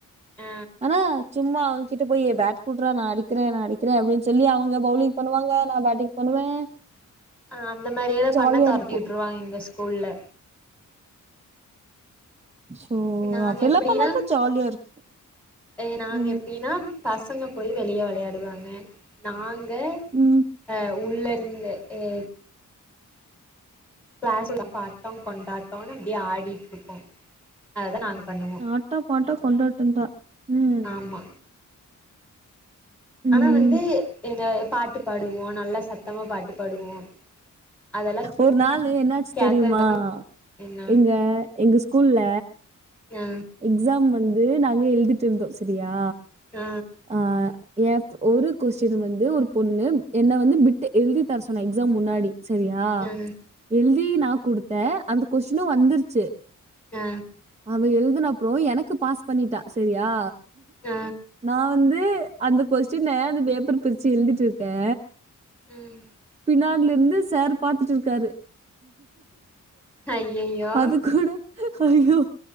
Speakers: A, in the centre; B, on the right.
A: ஆ
B: ஆனா சும்மா அவுங்க கிட்ட போயி ஏ பேட் குட்றா நா அடிக்குறே நா அடிக்குறே அப்டின்னு சொல்லி அவுங்க பௌலிங் பண்ணுவாங்க நா பேட்டிங் பண்ணுவே
A: அ அந்த மாரியெல்லாம்
B: ஜாலியா
A: பண்ணா தோரத்தி
B: இருக்கு
A: விட்டுருவாங்க எங்க ஸ்கூல்ல
B: சோ
A: நாங்க
B: அப்டில்லா
A: எப்டின்னா
B: பண்ணாதா ஜாலியா இருக்கு
A: எ நாங்க
B: ம்
A: எப்டின்னா பசங்க போய் வெளியே விளையாடுவாங்க நாங்க
B: உம்
A: அ உள்ள இருந்து ஏ கிளாஸ்ல்ல பாட்டோம் கொண்டாட்டோம்னு அப்டியே ஆடிட்டு இருப்போம் அததான் நாங்க பண்ணுவோம்
B: ஆட்டோ பாட்டோ கொண்டாட்டந்தா ம்
A: ஆமா
B: ம்
A: ஆனா வந்து என்ன பாட்டு பாடுவோ நல்ல சத்தமா பாட்டு பாடுவோ அதெல்லா
B: ஒரு நாளு என்னாச்சு
A: கேக்கறது
B: தெரியுமா
A: என்ன
B: எங்க எங்க ஸ்கூல்ல
A: அ
B: எக்ஸாம் வந்து நாங்க எழுதிட் இருந்தோ சரியா
A: ஆ
B: ஆ ஏ ஒரு கொஸ்டின் வந்து ஒரு பொண்ணு என்ன வந்து பிட்டு எழுதி தர சொன்ன எக்ஸாம் முன்னாடி சரியா
A: அ
B: எழுதி நா குடுத்தே அந்த கொஸ்டினு வந்துருச்சு
A: ஆ
B: அவ எழுதுன அப்றோ எனக்கு பாஸ் பண்ணிட்டா சரியா
A: ஆ
B: நா வந்து அந்த கொஸ்டின அந்த பேப்பர் பிரிச்சி எழுதிட் இருக்கே
A: உம்
B: பின்னாட்ல இருந்து சார் பாத்துட் இருக்காரு
A: ஐயையோ
B: அது கூட ஐயோ